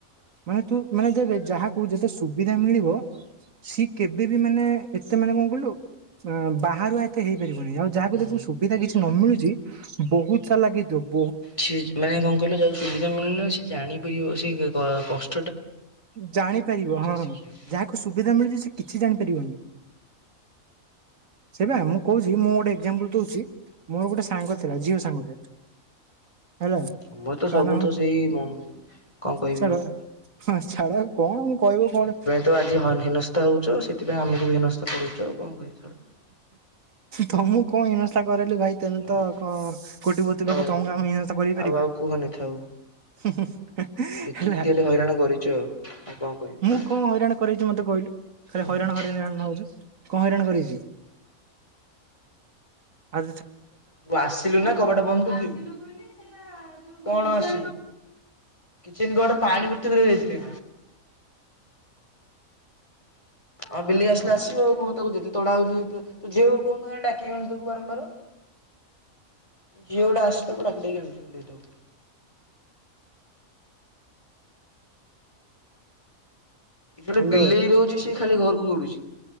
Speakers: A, on the right; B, on the left.
A: ମାନେ ତୁ ମାନେ ଯେ ରେ ଯାହାକୁ ଯେତେ ସୁବିଧା ମିଳିବ ସିଏ କେବେ ବି ମାନେ ଏତେ ମାନେ କଣ କହିଲୁ ଅଁ ବାହାରୁଆ ତେ ହେଇପାରିବ। <unintelligible> ଆ ଯାହା
B: ହୁଁ।
A: ଦେଖୁ ସୁବିଧା କିଛି ନ ମିଳୁଛି ବହୁତ ସା ଲାଗି <unintelligible>
B: ଛିଜ ମାନେ କଣ କହିଲ ଯଉ ସୁବିଧା ମିଳି ଯାଛି ସେ ଜାଣି ପି ଓ ସି କି କସ୍
A: ଜାଣିପାରିବ ହଁ
B: ଶିଖିଯିବ।
A: ଯାହାକୁ ସୁବିଧା ମିଳୁଛି ସେ କିଛି ଜାଣିପାରିବନି। ସେଇପା ମୁଁ କହୁଛି ମୁଁ ଗୋଟେ ଏକଜାମ୍ପୁଲ ଦଉଚି ମୋର ଗୋଟେ ସାଙ୍ଗ ଥିଲା ଝିଅ ସାଙ୍ଗଟେ ହେଲା
B: ମୁଁ ତ
A: ତା
B: ସବୁ
A: ନା
B: ତ ସେଇ ବଂ କ‌ଅଁ କହିବି
A: ଛାଡ
B: ଆଉ।
A: ହଁ ଛାଡ ଆଉ କଣ? କହିବ କଣ
B: ସେଇଥିପାଇଁ ତ ଆଜି ହନ୍ ହିନସ୍ତା ହଉଚୁ ସେଥିପାଇଁ ଆମକୁ ବି ହୀନସ୍ତା କରୁଚୁ ଆଉ। କଣ କହିବି ଛାଡ।
A: ତମୁକ କଁ ହିନସ୍ତା କରେ। ଲେ ଭାଇ ତମେ
B: ହଉ
A: ତ କଁ କୋଟି ପତି ଲୋକ
B: ଆଉ
A: ତମକୁ ଆମେ ଇନଥା କରିପାରିବୁ
B: ଆଉ ଆଉ କୁହନି ଥାଉ।
A: ହୁଁ ହୁଁ <unintelligible>
B: ଯେତିକି
A: ହେଲା
B: ଖାଲି ହଇରାଣ କରିଛୁ ଆଉ ଆଉ କଣ କହିବି ଛାଡ।
A: ମୁଁ କଁ ହଇରାଣ କରେଇଚି ମତେ କହିଲୁ ଖାଲି
B: ହୁଁ
A: ହଇରାଣ ହରେୟାଣ ହଉଛୁ। କଁ ହଇରାଣ କରେଇଚି ଆ
B: ତୁ ଆସିଲୁ ନା କବାଟା ବନ୍ଦ କରିଦେଲୁ କଣ ଆସ୍ ଚୀନ୍ ଗଡ଼ ପାଣି ମୁତିଦେ ଯାଇଚି। ଆଉ ବିଲେଇ ଆସିଲେ ଆସିବ ଆଉ କଣ ତାକୁ ଯେତେ ତଡା ହଉଚି <unintelligible> ଝିଅକୁ କହୁନ <unintelligible> ଡାକିବ ତାକୁ ବାରମ୍ବାର ଝିଅ ଗୋଟେ ଆସି ତାକୁ ଡାକିକି ଆଣୁ। ଗୋଟେ
A: ହ୍ୟାଲୋ
B: ବିଲେଇ ରହୁଛି ସେ ଖାଲି ଘରକୁ ଦୌଡୁଛି